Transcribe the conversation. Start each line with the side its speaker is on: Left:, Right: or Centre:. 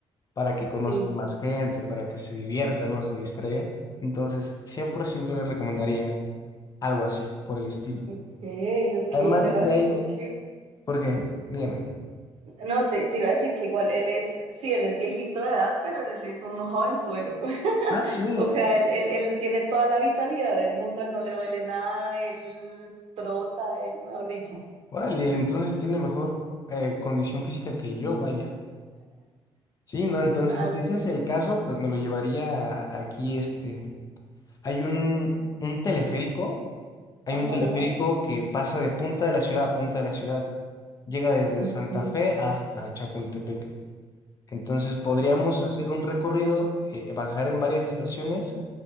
Left: para que conozcan
Right: sí.
Left: más gente, para que se diviertan, ¿no? Se distraigan. Entonces, 100% yo les recomendaría algo así, por el estilo.
Right: ok, ok,
Left: Además
Right: le voy
Left: de que
Right: a decir
Left: hay,
Right: por qué.
Left: ¿por qué? Dígame.
Right: No, te, te iba a decir que igual él es, sí, él es viejito de edad, pero él es un jovenzuelo. <laughs>
Left: Ah, sí.
Right: O sea, él, él, él tiene toda la vitalidad del mundo, a él no le duele nada, él trota, él, mejor dicho.
Left: Órale, entonces tiene mejor eh, condición física que yo, vaya. Sí, no, entonces,
Right: Ah,
Left: si
Right: estoy,
Left: ese es
Right: no
Left: el
Right: sé.
Left: caso, pues me lo llevaría a- aquí, este. Hay un, un teleférico, hay
Right: Ajá.
Left: un teleférico que pasa de punta de la ciudad a punta de la ciudad. Llega desde
Right: Ok.
Left: Santa Fe hasta Chapultepec. Entonces podríamos hacer un recorrido, eh, bajar en varias estaciones